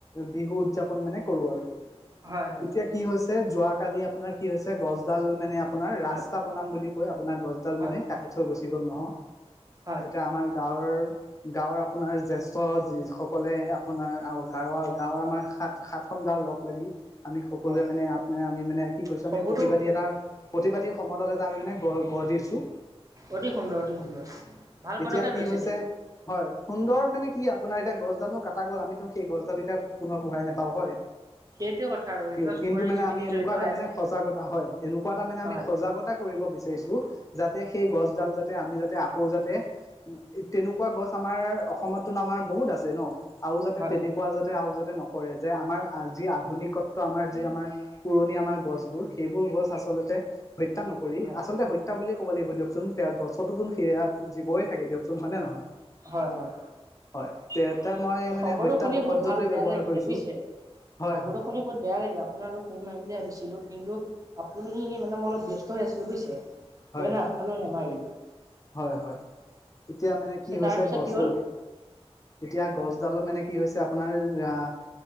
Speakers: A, on the left; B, on the right.
A: বিহু উদযাপন মানে কৰো আৰু
B: হয় হয়
A: এতিয়া কি হৈছে যোৱা কালি আপোনাৰ কি হৈছে গছডাল মানে আপোনাৰ
B: হয়
A: ৰাস্তা বনাম বুলি কৈ আপোনাৰ গছডাল
B: হয়
A: মানে কাটি থৈ গুচি গ'ল নহয়।
B: হয়
A: এতিয়া আমাৰ গাঁৱৰ গাঁৱৰ আপোনাৰ জ্যেষ্ঠ যি সকলে আপোনাৰ আৰু গাঁৱৰ-গাঁৱৰ আমাৰ সাত-সাত গাঁৱ লগ লাগি আমি সকলোৱে
B: হয়
A: মানে ইয়াত মানে আমি মানে কি কৰিৈছো
B: খবৰটো
A: আমি প্ৰতিবাদী এটা, প্ৰতিবাদী সমদল এটা আমি মানে <unintelligible> সুধিছোঁ।
B: অতি সুন্দৰ অতি সুন্দৰ ভাল
A: এতিয়া
B: পদক্ষেপ
A: কি
B: লৈছে
A: হৈছে
B: দিয়ক।
A: হয় সুন্দৰ মানে কি আপোনাৰ এতিয়া গছডালো কাটা গ'ল আমিতো সেই গছডাল এতিয়া পুনৰ ঘূৰাই নেপাওঁ হয়।
B: সেইটোৱে কথা আৰু এইটো
A: কি
B: চবৰে
A: কিন্তু মানে
B: স্মৃতি
A: আমি এনেকুৱা
B: জড়িত
A: এটা
B: হৈ
A: মানে
B: আছে
A: সজাগতা হয় এনেকুৱা এটা মানে
B: হয়
A: আমি সজাগতা কৰিব বিচাৰিছোঁ যাতে সেই গছডাল যাতে তে আমি যাতে আকৌ যাতে তেনেকুৱা গছ আমাৰ অসমতো আমাৰ বহুত আছে ন' আৰু যাতে
B: হয়
A: তেনেকুৱা যাতে আৰু যাতে ন কৰে যে আমাৰ যি আধুনিকত্ব আমাৰ যি আমাৰ, পুৰণি আমাৰ গছবোৰ সেইবোৰ গছ আচলতে হত্যা নকৰি
B: হয়
A: আচলতে হত্যা বুলি ক'ব লাগিব দিয়কচোন গছটোন সেয়া জীৱই থাকে দিয়কচোন হয় নে নহয়
B: হয় হয়
A: হয় তে মই মানে
B: খবৰটো
A: হত্যা
B: শুনি বহুত
A: শব্দটোৱে
B: ভাল বেয়া
A: ব্যৱহাৰ
B: লাগিলে
A: কৰিছো
B: বুজিছে
A: হয়
B: খবৰটো
A: হয়
B: শুনি বহুত বেয়া লাগিলে আপোনাৰ আৰু ফোন মাৰিম বুলি ভাবিছিলো কিন্তু আপুনি মানে মই অলপ ব্যস্ত হৈ আছিলো বুজিছে,
A: হয়
B: সেইকাৰণে আপোনালৈ নামাৰিলোঁ।
A: হয়, হয়, এতিয়া মানে
B: পিছে
A: কি হৈছে
B: তাৰ পিছত
A: গছৰ
B: কি হ'ল
A: এতিয়া গছডালত মানে কি হৈছে আপোনাৰ আহ